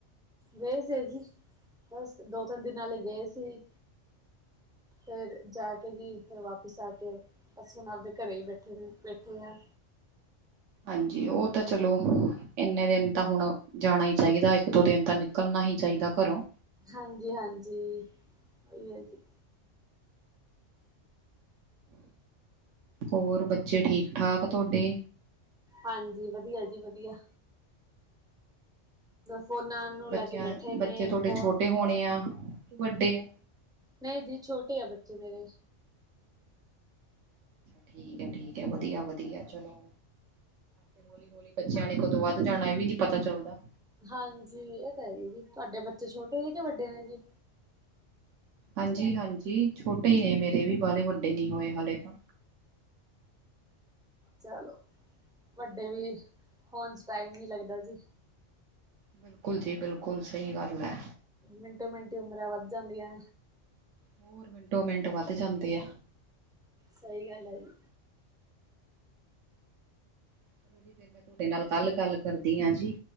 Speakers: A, in the centre; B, on the right.
A: ਗਏ ਸੀ ਜੀ ਬਸ ਦੋ ਤਿੰਨ ਦਿਨਾਂ ਲਯੀ ਗਏ ਸੀ। ਫਿਰ ਜਾ ਕੇ ਜੀ ਫਿਰ ਵਾਪਿਸ ਆ ਕੇ ਬਸ ਹੁਣ ਆਪਦੇ ਘਰੇ ਹੀ ਬੈਠੇ ਨੇ ਬੈਠੇ ਆ।
B: ਹਾਂਜੀ ਉਹ ਤਾ ਚਲੋ ਇੰਨੇ ਦਿਨ ਤਾਂ ਹੁਣ ਜਾਣਾ ਹੀ ਚਾਹੀਦਾ ਇੱਕ ਦੋ ਦਿਨ ਤਾ ਨਿਕਲਣਾ ਹੀ ਚਾਹੀਦਾ ਘਰੋ।
A: ਹਾਂਜੀ-ਹਾਂਜੀ ਉਹੀ ਹੈ ਜੀ।
B: ਹੋਰ ਬੱਚੇ ਠੀਕ ਠਾਕ ਤੁਡੇ।
A: ਹਾਂਜੀ ਵਧੀਆ ਜੀ ਵਧੀਆ। ਫੋਨਾਂ ਨੂੰ
B: ਬੱਚਿਆਂ
A: ਲੈ ਕੇ ਬੈਠੇ ਨੇ
B: ਬੱਚੇ ਤੁਹਾਡੇ
A: ਫੋਨ
B: ਛੋਟੇ ਹੋਣੇ ਆ। ਵੱਡੇ ਆ।
A: ਨਹੀਂ ਜੀ ਛੋਟੇ ਆ ਬੱਚੇ ਮੇਰੇ।
B: ਠੀਕ ਹੈ-ਠੀਕ ਹੈ ਵਧੀਆ-ਵਧੀਆ ਚਲੋ। ਤੇ ਹੌਲੀ-ਹੌਲੀ ਬੱਚਿਆਂ ਨੇ ਕਦੋਂ ਵੱਧ ਜਾਣਾ ਇਹ ਵੀ ਨੀ ਪਤਾ ਚੱਲਦਾ।
A: ਹਾਂਜੀ ਇਹ ਤਾ ਹੈ ਹੀ ਜੀ, ਤੁਹਾਡੇ ਬੱਚੇ ਛੋਟੇ ਨੇ ਕਿ ਵੱਡੇ ਨੇ ਜੀ?
B: ਹਾਂਜੀ ਹਾਂਜੀ ਛੋਟੇ ਹੀ ਨੇ ਮੇਰੇ ਵੀ ਬਾਹਲੇ ਵੱਡੇ ਨੀ ਹੋਏ ਹਲੇ ਤਾ।
A: ਚਲੋ ਵੱਡੇ ਵੀ ਹੋਣ ਚ ਟਾਈਮ ਨੀ ਲੱਗਦਾ ਜੀ।
B: ਬਿਲਕੁਲ ਜੀ ਬਿਲਕੁਲ ਸਹੀ ਗੱਲ ਹੈ।
A: ਮਿੰਟੋ ਮਿੰਟ ਉਮਰਾ ਵੱਧ ਜਾਂਦੀਆ।
B: ਹੋਰ ਮਿੰਟੋ ਮਿੰਟ ਵੱਧ ਜਾਂਦੇ ਆ।
A: ਸਹੀ ਗੱਲ ਐ ਜੀ।
B: ਚਲੋ ਫਿਰ ਮੈਂ ਤੁਹਾਡੇ ਨਾਲ ਕੱਲ ਗੱਲ ਕਰਦੀ ਆ ਜੀ।